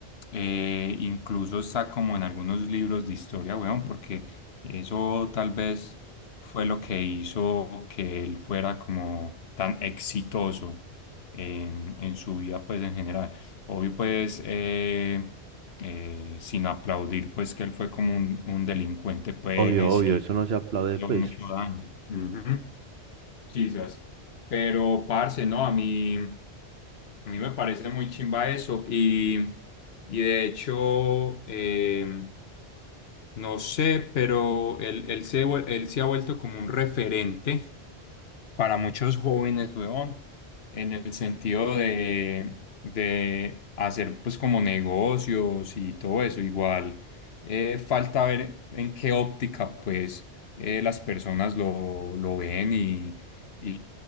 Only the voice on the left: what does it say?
eh, incluso está como en algunos libros de historia, weón, porque eso tal vez fue lo que hizo que él fuera como tan exitoso en, en su vida, pues en general. Obvio, pues. eh, eh, sin aplaudir pues que él fue como un, un delincuente pues
y
hizo
mucho daño. Ujú. Sí, sas. Pero parce, no, a mí, a mí me parece muy chimba eso y, y de hecho, eh, no sé, pero él, él se, vuel- él se ha vuelto como un referente para muchos jóvenes, weón, en el sentido de, de hacer pues como negocios y todo eso. Igual eh, falta ver en qué óptica pues eh, las personas lo, lo ven y, y,